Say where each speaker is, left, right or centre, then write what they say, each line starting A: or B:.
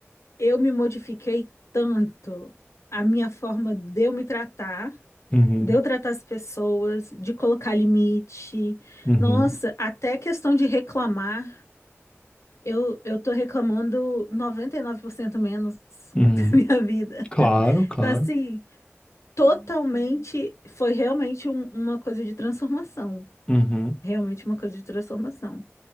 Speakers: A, on the left; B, on the left.
A: eu me modifiquei tanto. A minha forma de eu me tratar,
B: uhum,
A: de eu tratar as pessoas, de colocar limite.
B: uhum,
A: Nossa, até questão de reclamar, eu, eu tô reclamando 99% menos <laughs>
B: uhum.
A: da minha vida.
B: Claro, claro.
A: tá assim, totalmente, foi realmente um- uma coisa de transformação.
B: Uhum,
A: Realmente uma coisa de transformação.